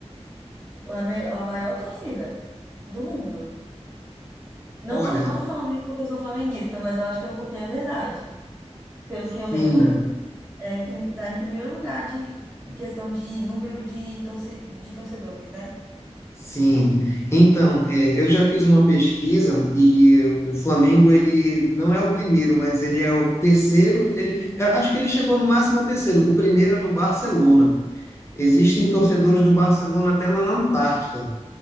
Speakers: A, on the right; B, on the left.
A: o, a, me- a maior torcida do mundo. Não
B: Olha,
A: tô, eu não tô falando isso porque eu sou flamenguista, mas eu acho que é porque é verdade. Pelo
B: sim,
A: que eu lembro, é, em prim- tá em primeiro lugar de, em questão de número de, torce, de torcedores, né?
B: sim. Então, é, eu já fiz uma pesquisa e o Flamengo, ele não é o primeiro, mas ele é o terceiro. Ele, eu acho que ele chegou no máximo ao terceiro. O primeiro é do Barcelona. Existem torcedores do Barcelona até lá na Antártica.